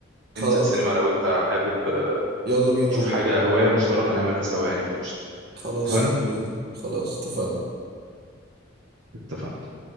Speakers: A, on the right (about 55°); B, on the right (about 70°).
A: خلاص
B: ننزل سينما لو انت حابب آه،
A: يلا بينا
B: نشوف
A: والله
B: حاجة هواية مشتركة نعملها سوا يعني فقشطة
A: خلاص
B: اتفقنا
A: يلا بينا خلاص اتفقنا
B: اتفقنا